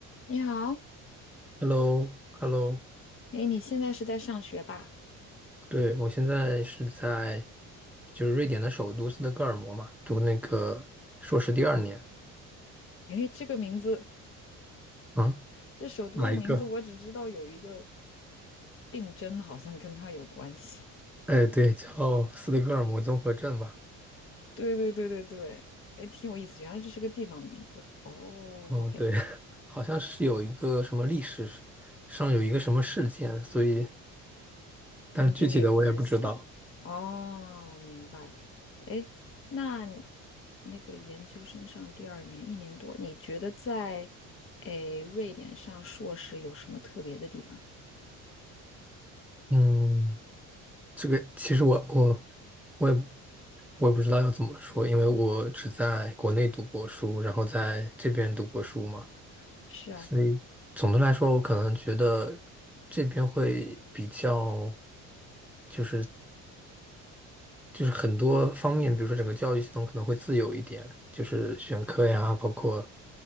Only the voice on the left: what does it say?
你好，
哎，你现在是在上学吧？
哎，这个名字，
这首都的名字，
我只知道有一个病征，好像跟他有关系。
<laughs> 对对对对对，哎，挺有意思，原来这是个地方的名字。哦，OK，
跟这个有关系。哦，明白。哎，那你那个研究生上第二年一年多，你觉得在哎瑞典上硕士有什么特别的地方？
是啊，